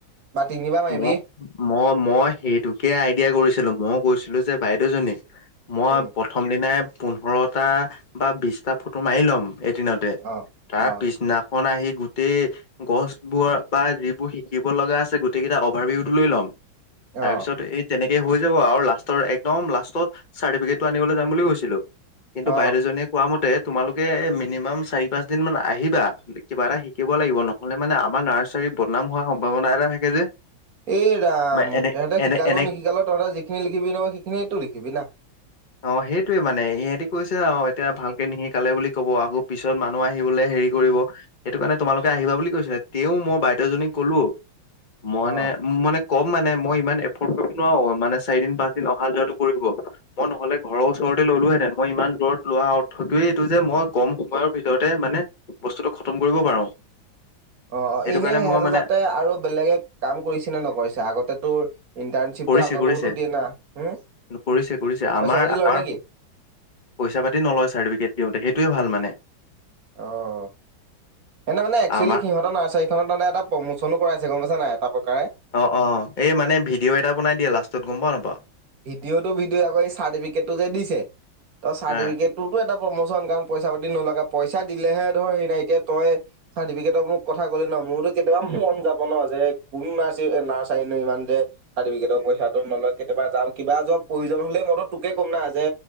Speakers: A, on the right (about 45°); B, on the left (about 30°).
A: বা তিনিবাৰ মাৰিবি।
B: মই মই মই সেইটোকে আইডিয়া কৰিছিলো মই কৈছিলো যে বাইদেউ জনীক মই
A: উম
B: প্ৰ, প্ৰথম দিনাই পোন্ধৰটা বা বিছটা ফটো মাৰি ল'ম। এদিনতে
A: অ
B: তাৰ
A: অ
B: পিছদিনা, মান আহি গোটেই গছ বোৰ পা যিবোৰ শিকিব লগা আছে গ গোটেইকেইটা অভাৰভিউ টো লৈ ল'ম
A: অ',
B: তাৰপিছত এই তেনেকে হৈ যাব আৰু লাষ্টৰ একদম লাষ্টত চাৰ্টিফিকেটটো আনিবলৈ যাম বুলি কৈছিলো। কিন্তু
A: অ'।
B: বাইদেউজনীয়ে কোৱা মতে তোমালোকে এ মিনিমাম চাৰি পাঁচ দিন মান আহিবা। কিবা এটা শিকিব লাগিব নহলে মানে আমাৰ নাৰ্চাৰীৰ বদনাম হোৱাৰ সম্ভাৱনা এটা থাকে যে,
A: এই ৰাম
B: মা এনে
A: সিহঁতে
B: এনে
A: শিকালো
B: এনে
A: নিখিকালো তহঁতে যিখিনি লিখিবি নহয় সেইখিনিয়েটো লিখিবি না।
B: <inaudible> অ' সেইটোৱে মানে ইহঁতি কৈছে অ' এতিয়া ভালকে নিশিকালে বুলি ক'ব আকৌ পিছত মানুহ আহিবলৈ হেৰি কৰিব। সেইটো কাৰণে তোমালোকে আহিবা বুলি কৈছিলা তেওঁ মই বাইদেউজনীক ক'লো মই
A: অ',
B: মানে ক'ম মানে মই ইমান এফৰ্ড কৰিব নোৱাৰো মানে চাৰিদিন পাঁচ দিন অহা যোৱাটো কৰিব। মই নহ'লে ঘৰৰ ওচৰতে ল'লোহেঁতেন মই ইমান দূৰত লোৱা অৰ্থটোৱেই এইটো যে মই কম সময়ৰ ভিতৰতে মানে, বস্তুটো খতম কৰিব পাৰো।
A: অ', অ',
B: সেইটো
A: এনে
B: কাৰণে
A: সিহঁতে
B: মই মানে
A: যাতে আৰু বেলেগে কাম কৰিছে নে নকৰিছে আগতে তোৰ, ইণ্টাৰ্ণশ্বিপটো
B: কৰিছে
A: আগতেওতো
B: কৰিছে
A: দিয়ে না হম,
B: কৰিছে কৰিছে আমাৰ
A: পইচা পাতি লয়
B: আমাৰ
A: নেকি?
B: পইচা পাতি নলয় চাৰ্টিফিকেট দিওঁতেই সেইটোৱে ভাল মানে।
A: অ' এনে মানে একচুৱেলি
B: আমাৰ
A: সিহঁতৰ নাৰ্চাৰী, তাহতে মানে এটা প্ৰমোচনো কৰাইছে গ'ম পাইছে নাই এটা প্ৰকাৰে।
B: অ', অ', এই মানে ভিডিঅ' এটা বনাই দিয়া লাষ্টত গ'ম পাওঁ নাপও,
A: ভিডিঅ'টো ভিডিঅ আকৌ চাৰ্টিফিকেটটো যে দিছে, তই চাৰ্টিফিকেট,
B: হা
A: তোৰতো এটা প্ৰমোচন কাৰণ পইচা পাতি নলগা পইচা দিলেহে ধৰ হেৰি নাই এতিয়া তই, চাৰ্টিফিকেটৰ মোক কথা ক'লে ন' মোৰতো কেতিয়াবা মন যাব ন' যে কোন নাৰ্চ নাৰ্চাৰী ন' ইমান যে, চাৰ্টিফিকেটৰ পইচাটো নলয় কেতিয়াবা যাম, কিবা যে প্ৰয়োজন হ'লেই মইতো তোকে ক'ম না যে